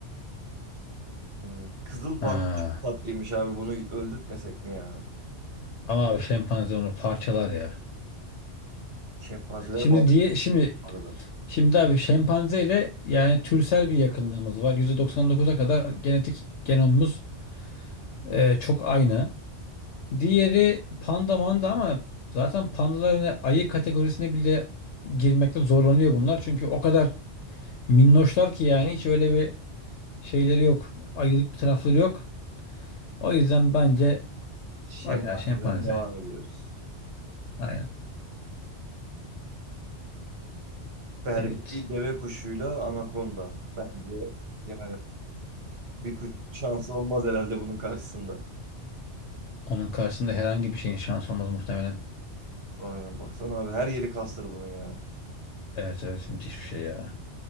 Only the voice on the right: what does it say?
Ee, Kızıl panda
çok tatlıymış abi bunu öldürtmesek mi ya?
Şempanzeler
bayağı
iyi bu arada.
Şempanzeden
devam ediyoruz.
Berberi
deve kuşuyla anakonda. Bence yani bir kuş şansı olmaz herhalde bunun karşısında.
Aynen baksana abi her yeri kastır bunun ya.